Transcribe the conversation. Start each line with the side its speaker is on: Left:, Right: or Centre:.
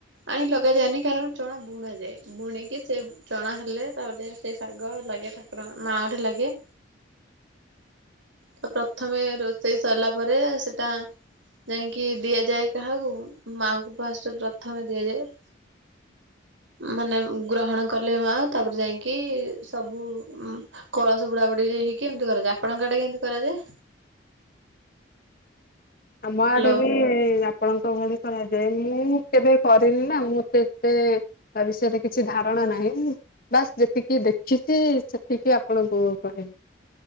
Right: ଆଣି ଲଗାଯାଏନି କାରଣ ଚଣା ବୁଣା ଯାଏ। ବୁଣିକି ସେ ଚଣା ହେଲେ ତାପରେ ଯାଇଁ ସେଇ ଶାଗ ଲାଗେ ଠାକୁର ମାଆଙ୍କ ଠେ ଲାଗେ। ତ ପ୍ରଥମେ ରୋଷେଇ ସରିଲା ପରେ ସେଟା ଯାଇଁକି ଦିଆଯାଏ କାହାକୁ ମାଙ୍କୁ ଫାଷ୍ଟରେ ପ୍ରଥମେ ଦିଆଯାଏ। ମାନେ ଗ୍ରହଣ କଲେ ମା ତାପରେ ଯାଇଁକି ସବୁ କଳସ ବୁଡାବୁଡି ହେଇକି ଏମତି କରାଯା ଆପଣଙ୍କ ଆଡ଼େ କେମତି? କରାଯାଏ?
Left: ଆମ
Right: ହ୍ୟାଲୋ
Left: ଆଡେ ବି ଆପଣଙ୍କ ଭଳି କରାଯାଏ ନି କେବେ କରିନି ନା ମୁଁ ଏତେ ତା ବିଷୟରେ କିଛି ଧାରଣା ନାହିଁ। ବାସ୍ ଯେତିକି ଦେଖିଛି ସେତିକି ଆପଣଙ୍କୁ କହିବି।